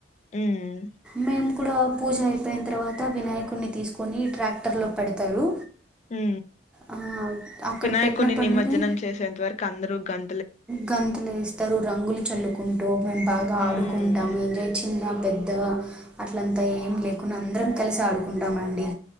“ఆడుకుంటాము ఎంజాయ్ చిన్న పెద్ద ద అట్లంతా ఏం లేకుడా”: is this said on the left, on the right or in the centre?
Centre